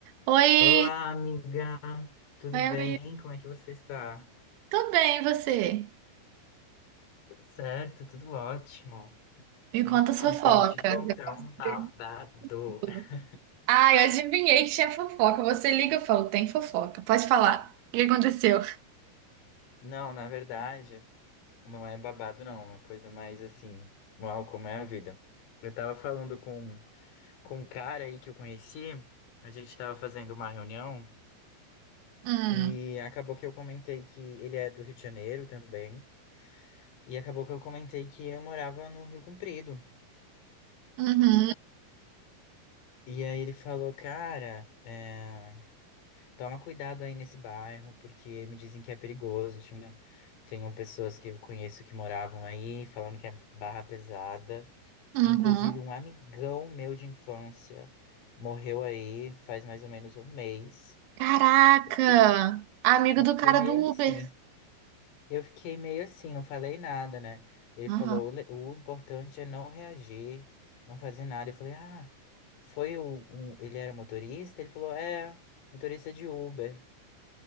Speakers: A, on the right; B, on the left.
A: Oi,
B: Olá, amiga. Tudo
A: oi,
B: bem?
A: amigo.
B: Como é que você está?
A: Tô bem, e você?
B: Tudo certo, tudo ótimo.
A: Me
B: Então,
A: conta as fofocas.
B: queria te contar
A: Eu posso
B: um babado.
A: saber de tudo.
B: <laughs>
A: Ah, eu adivinhei que tinha fofoca. Você liga, eu falo, tem fofoca. Pode falar. O que aconteceu?
B: Não, na verdade, não é babado, não. É uma coisa mais assim. Uau, como é a vida. Eu tava falando com, com um cara aí que eu conheci. A gente tava fazendo uma reunião
A: Hum,
B: e acabou que eu comentei que ele é do Rio de Janeiro também. E acabou que eu comentei que eu morava no Rio Comprido.
A: uhum,
B: E aí ele falou, cara, é, toma cuidado aí nesse bairro, porque me dizem que é perigoso. Tinha, tenho pessoas que eu conheço que moravam aí, falando que é barra pesada.
A: uhum.
B: Inclusive, um amigão meu de infância morreu aí faz mais ou menos um mês.
A: Caraca!
B: Eu fiquei meio,
A: Amigo
B: eu
A: do
B: fiquei
A: cara
B: meio
A: do Uber.
B: assim. Eu fiquei meio assim, não falei nada, né? Ele
A: Aham.
B: falou, o, le- o importante é não reagir, não fazer nada. Eu falei, ah, foi o, um- ele era motorista? Ele falou, é, motorista de Uber.